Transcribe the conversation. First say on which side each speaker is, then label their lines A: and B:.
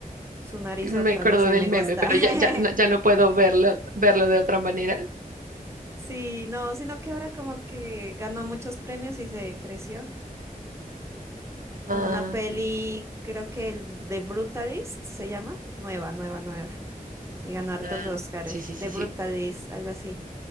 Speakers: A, on the right; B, on the right.
A: Su narizota,
B: Me acuerdo
A: no sé,
B: del
A: me
B: meme,
A: gusta.
B: pero
A: <laughs>
B: ya, ya, no, ya no puedo verlo, verlo de otra manera.
A: Sí, no, sino que ahora como que ganó muchos premios y se creció. con
B: Ah,
A: una peli, creo que el The Brutalist se llama, nueva, nueva, nueva, y ganó hartos
B: mm, mm,
A: Oscars,
B: sí, sí, sí,
A: The Brutalist,
B: sí.
A: algo así,